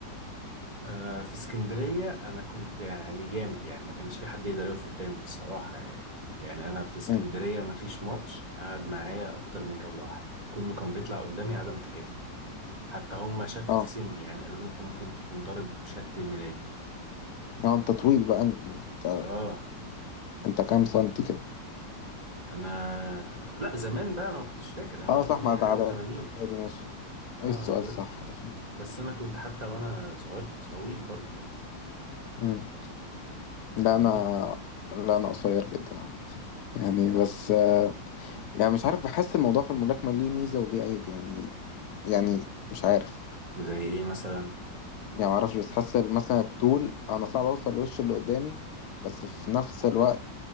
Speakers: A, on the right; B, on the left.
A: آه، في اسكندرية أنا كنت يعني جامد يعني ما كانش في حد يقدر يقف قدامي بصراحة يعني يعني أنا في اسكندرية
B: امم
A: ما فيش ماتش قعد معايا أكتر من جولة واحدة كله كان بيطلع قدامي عدم تكافؤ حتى هم شكوا
B: اه
A: في سني يعني قالوا لي أنت ممكن تكون ضارب شهادة الميلاد دي
B: اه انت طويل بقى انت
A: آه
B: انت كام
A: كنت
B: سنتي كده
A: أنا لا زمان بقى أنا ما كنتش فاكر أنا
B: اه
A: دلوقتي
B: صح ما
A: 100
B: ده
A: حاجة و80
B: عددي ماشي
A: آه
B: ايه السؤال
A: أنا دلوقتي
B: صح ده فين
A: بس أنا كنت حتى وأنا صغير كنت طويل برضو يعني
B: امم لا
A: فاهمني
B: انا لا انا قصير جدا عامة يعني بس آه، يعني مش عارف بحس الموضوع في الملاكمة ليه ميزة وليه عيب يعني يعني مش عارف
A: زي إيه مثلا
B: يعني ما اعرفش بس حاسه مثلا الطول انا صعب اوصل لوش اللي قدامي بس في نفس الوقت